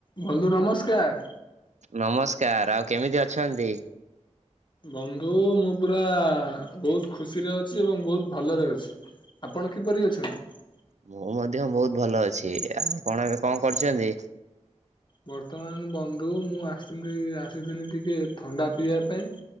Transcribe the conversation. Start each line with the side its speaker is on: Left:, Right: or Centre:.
Left: ଭଲୁ ନମସ୍କାର୍।
Right: ନମସ୍କାର ଆଉ କେମିତି ଅଛନ୍ତି?
Left: ବନ୍ଧୁ, ମୁଁ ପୁରା ବହୁତ୍ ଖୁସିରେ ଅଛି ଏବଂ ବହୁତ୍ ଭଲରେ ଅଛି। ଆପଣ କିପରି ଅଛନ୍ତି?
Right: ମୁଁ ମଧ୍ୟ ବହୁତ୍ ଭଲ ଅଛି। ଆଉ ଆପଣ ଏବେ କଣ କରୁଚନ୍ତି?
Left: ବର୍ତ୍ତମାନ ବନ୍ଧୁ ମୁଁ ଆସିଥିଲି ଆସିଥିଲି ଟିକେ ଥଣ୍ଡା ପିଇବା ପାଇଁ।